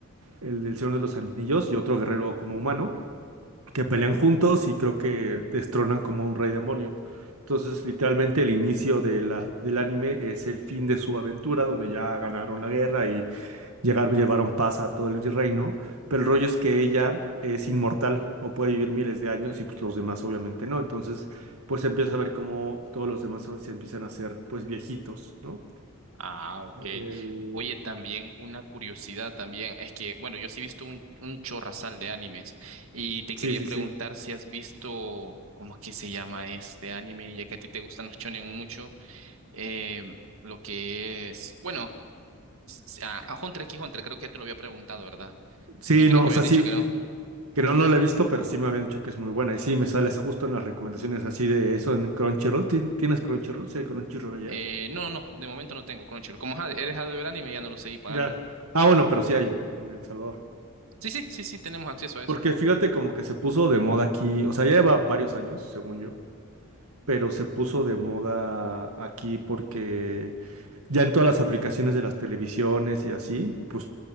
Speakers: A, on the right; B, on the right.
A: el del Señor de los Anillos, y otro guerrero como humano que pelean juntos y creo que destronan como un rey demonio. Entonces, literalmente el inicio de la- del anime es el fin de su aventura, donde ya ganaron la guerra y llegar, llevaron paz a todo el reino. Pero el rollo es que ella es inmortal o puede vivir miles de años y pues los demás obviamente no. Entonces, pues se empieza a ver cómo todos los demás se empiezan a hacer pues viejitos, ¿no?
B: Ah, ok.
A: Eh,
B: Oye, también una curiosidad también es que, bueno, yo sí he visto un, un chorrasal de animes y te quería
A: Sí, sí,
B: preguntar
A: sí.
B: si has visto, ¿cómo es que se llama este anime? Ya que a ti te gustan los shonen mucho, eh, lo que es, bueno, s- a, a Hunter x Hunter creo que ya te lo había preguntado, ¿verdad?
A: Sí,
B: Y creo
A: no,
B: que
A: o sea,
B: me has dicho
A: sí.
B: que no.
A: Creo no no la he visto, pero sí me habían dicho que es muy buena. Y sí, me sales justo en las recomendaciones así de eso en Crunchyroll. ¿Ti- ¿Tienes Crunchyroll? Sí, hay Crunchyroll allá.
B: Eh, no, no, de momento no tengo Crunchyroll. Como ja- he dejado de ver anime, ya no lo seguí pagando.
A: Ya. Ah, bueno, pero sí hay en El Salvador.
B: Sí, sí, sí, sí, tenemos acceso a eso.
A: Porque fíjate como que se puso de moda aquí, o sea, ya lleva varios años, según yo, pero se puso de moda aquí porque ya en todas las aplicaciones de las televisiones y así, pues